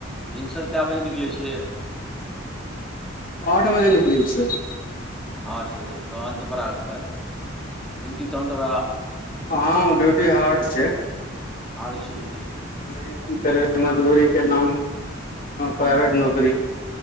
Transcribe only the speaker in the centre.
भिनसर कए बजे निकलै छियै?
आठ बजे तहन त बड़ा कर डूटी तहन तऽ बरा
हार्ड छै डूटी।
हूँ